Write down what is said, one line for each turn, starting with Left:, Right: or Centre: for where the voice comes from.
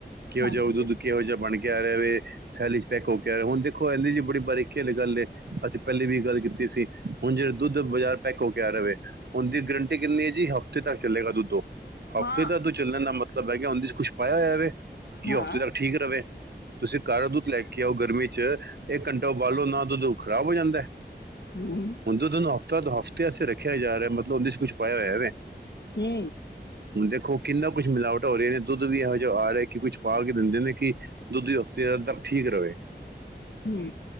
Right: ਕਿਹੋ
Left: ਹਾਂਜੀ।
Right: ਜਿਹਾ ਉਹ ਦੁੱਧ ਕਿਹੋ ਜਿਹਾ ਬਣ ਕੇ ਆ ਰਿਹਾ ਵੇ। ਥੈਲੀ 'ਚ ਪੈਕ ਹੋ ਕੇ ਆ ਰਿਹਾ ਹੁਣ ਦੇਖੋ ਥੈਲੀ 'ਚ। ਬੜੀ ਬਾਰੀ ਖੇਲ ਗੱਲ ਏ ਅਸੀਂ ਪਹਿਲੇ ਵੀ ਗੱਲ ਕੀਤੀ ਸੀ। ਹੁਣ ਜਿਹੜਾ ਦੁੱਧ ਬਾਜ਼ਾਰ ਪੈਕ ਹੋ ਕੇ ਆ ਰਿਹਾ ਵੇ। ਉਹਦੀ ਗਰੰਟੀ ਕਿੰਨੀ ਹੈ ਜੀ ਹਫ਼ਤੇ ਤੱਕ ਚੱਲਗਾ। ਦੁੱਧ ਉਹ ਹਫ਼ਤੇ
Left: ਹਾਂ।
Right: ਤੱਕ ਚੱਲਣ ਦਾ ਮਤਲਬ। ਮਤਲਬ ਹੈ ਕਿ ਉਹਦੇ 'ਚ ਕੁਛ ਪਾਇਆ ਹੋਇਆ ਵੇ ਕਿ
Left: ਹਾਂ,
Right: ਉਹ ਹਫ਼ਤੇ ਤੱਕ ਠੀਕ ਰਵੇ ਤੁਸੀਂ ਗਾਂ ਦੁੱਧ ਲੈ ਕੇ ਆਓ। ਗਰਮੀ 'ਚ ਇੱਕ ਘੰਟਾ ਉਬਾਲੋ ਨਾ ਦੁੱਧ ਖਰਾਬ ਹੋ ਜਾਂਦਾ ਹੈ।
Left: ਹੂੰ,
Right: ਹੁਣ ਦੁੱਧ ਨੂੰ ਹਫ਼ਤਾ ਕਾ ਹਫ਼ਤੇ ਵਾਸਤੇ ਰੱਖਿਆ ਜਾ ਰਿਹਾ ਹੈ। ਮਤਲਬ ਉਹਦੇ 'ਚ ਕੁਛ ਪਾਇਆ ਹੋਇਆ ਵੇ।
Left: ਹੂੰ।
Right: ਦੇਖੋ ਕਿੰਨਾ ਕੁੱਛ ਮਿਲਾਵਟ ਹੋ ਰਹੀ ਹੈ ।ਦੁੱਧ ਵੀ ਇਹੋ ਜਿਹਾ ਆ ਰਿਹਾ ਕਿ ਕੁਛ ਪਾ ਕੇ ਦਿੰਦੇ ਨੇ ਕਿ ਦੁੱਧ ਦੀ ਹਫ਼ਤੇ। ਤੱਕ ਠੀਕ ਰਵੇ।
Left: ਹੂੰ।